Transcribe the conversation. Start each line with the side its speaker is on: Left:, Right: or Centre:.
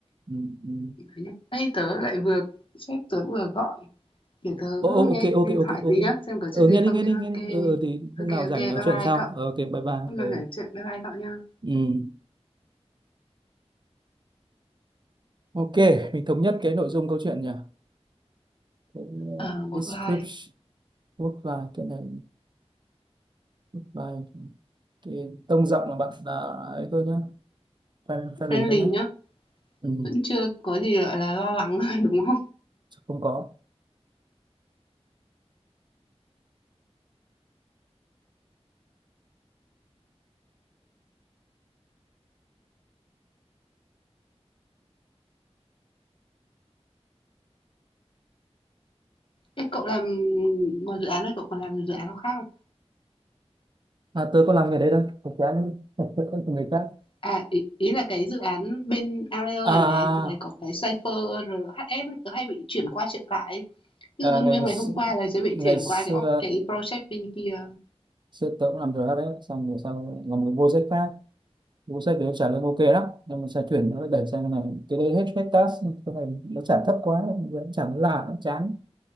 Right: ừ, ừ.
Left: nhá. Ê, tớ lại vừa sếp tớ vừa gọi, để tớ
Right: Ô, ô,
Left: nghe
Right: ok ok
Left: điện
Right: ok
Left: thoại
Right: ok
Left: tí nhá, xem có
Right: ờ
Left: chuyện gì
Right: nghe
Left: không
Right: đi nghe
Left: nhá.
Right: đi
Left: ok
Right: nghe đi ờ ờ, thì lúc
Left: ok
Right: nào
Left: ok
Right: rảnh
Left: bye
Right: nói chuyện
Left: bye
Right: sau
Left: cậu,
Right: Ờ, ok bye bye
Left: hôm
Right: ờ
Left: nào rảnh chuyện, bye bye cậu nhá.
Right: ừ. ok mình thống nhất cái nội dung câu chuyện nhỉ Cái, uh,
Left: Ờ, work
Right: description
Left: life
Right: work life cái này work life cái tông giọng là bạn là ấy thôi nhá fan fan
Left: friendly
Right: lì thôi nhá
Left: nhá,
Right: ừ.
Left: vẫn chưa có gì, gọi là, lo lắng, <laughs> đúng không?
Right: không có
Left: Thế cậu làm ngoài dự án này cậu còn làm dự án nào khác không?
Right: à tớ có làm nghề đấy đâu thật ra <laughs> không người khác
Left: À ý, ý là cái dự án bên Audio
Right: à
Left: này này, tôi thấy có cái Cypher rồi HF ấy, tớ hay bị chuyển qua chuyển lại. ấy. Ví
Right: À,
Left: dụ như nguyên
Right: ngày, ngày
Left: ngày
Right: x-
Left: hôm qua là sẽ bị
Right: ngày
Left: chuyển
Right: xưa
Left: qua cái cái project bên kia.
Right: xưa tớ cũng làm được hết đấy xong rồi sau làm cái vô sách khác vô sách đấy trả lương ok lắm nhưng mà sẽ chuyển nó lại đẩy sang cái này cái đấy hết hết task cái này nó trả thấp quá nó trả nó lạ nó chán